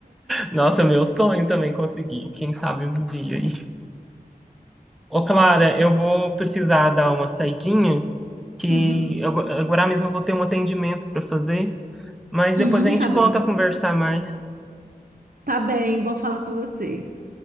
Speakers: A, in the centre; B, on the right (about 60°).
A: Nossa, meu sonho também conseguir. Quem sabe um dia. aí. Ô, Clara, eu vou precisar dar uma saidinha, que
B: Uhum,
A: eu- agora mesmo eu vou ter um atendimento para fazer, mas
B: uhum,
A: depois a gente
B: tá
A: volta
B: bem.
A: a conversar mais.
B: Tá bem, bom falar com você.